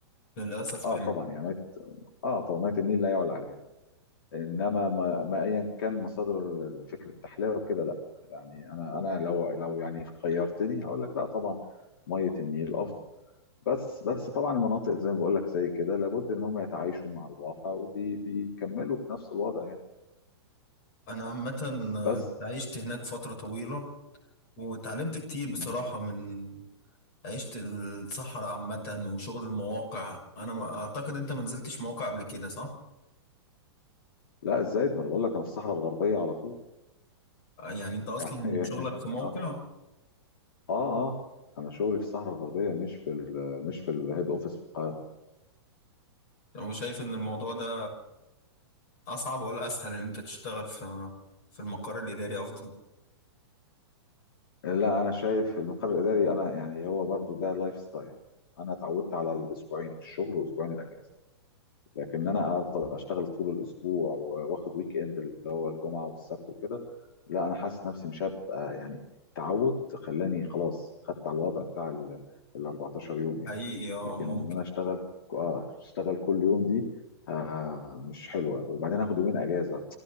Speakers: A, on the left; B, on the left.
A: للاسف
B: اه
A: ايوه
B: طبعا يعني ميه اه طبعا ميه النيل لا يعلى عليها انما ما, ما ايا كان مصادر ال- فكره التحليه وكده لا يعني انا انا لو لو يعني خيرتني هقول لك لا طبعا ميه النيل افضل بس بس طبعا المناطق زي ما بقول لك زي كده لابد ان هم يتعايشوا مع الواقع وبيكملوا بنفس الوضع يعني
A: انا عامه آه،
B: بس
A: عشت هناك فتره طويله وتعلمت كتير
B: مهم.
A: بصراحه من عشت الصحراء عامة وشغل المواقع أنا ما أعتقد أنت ما نزلتش مواقع قبل كده صح؟
B: لا الزايد ما انا بقول لك انا في الصحراء الغربيه على طول
A: يعني أنت أصلا
B: يعني
A: شغلك
B: <laughs>
A: في موقع
B: اه اه اه انا شغلي في الصحراء الغربيه مش في ال مش في الهيد اوفيس في القاهره
A: وشايف إن الموضوع ده أصعب ولا أسهل إن أنت تشتغل في في المقر الإداري أفضل؟
B: لا انا شايف المقر الاداري انا يعني هو برضو ده لايف ستايل انا اتعودت على الاسبوعين الشغل واسبوعين الاجازه لكن انا افضل اشتغل طول الاسبوع واخد ويك اند اللي هو الجمعه والسبت وكده لا انا حاسس نفسي مش هبقى يعني التعود خلاني خلاص خدت على الوضع بتاع ال ال 14 يوم يعني
A: حقيقي أه
B: لكن
A: ممكن
B: ان انا اشتغل اه اشتغل كل يوم دي آه مش حلوه وبعدين اخد يومين اجازه